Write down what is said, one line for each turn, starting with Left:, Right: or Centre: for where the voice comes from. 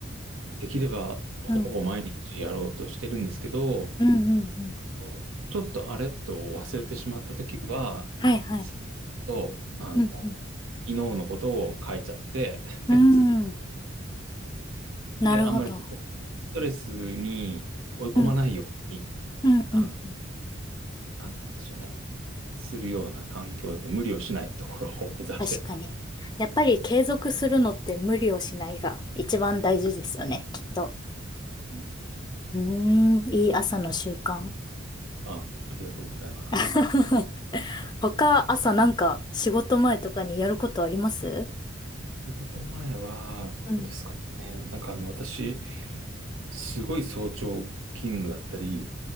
Right: できれば、ほぼ毎日やろうとしてるんですけど、
Left: うん、うん、うん、うん。
Right: おちょっとあれっと忘れてしまったときは、
Left: はい、はい。
Right: さっと、あの、
Left: うん、うん。
Right: 昨日のことを書いちゃって
Left: うーん、
Right: <laughs> 続け
Left: なるほど。
Right: て、あんまりストレスに追い込まないように、
Left: うん、うん、
Right: あの
Left: うん。
Right: なんて言うんでしょうね。するような環境で無理をしないところを目指しています。
Left: 確かに。やっぱり継続するのって無理をしないが一番大事ですよね、きっと。
Right: うん
Left: うーん、いい朝の習慣。
Right: あ、ありがとうございます。
Left: <laughs> 他、朝なんか仕事前とかにやることあります
Right: 仕事前は、どうですかね。
Left: うん。
Right: なんかあの、私、すごい早朝勤務だったり、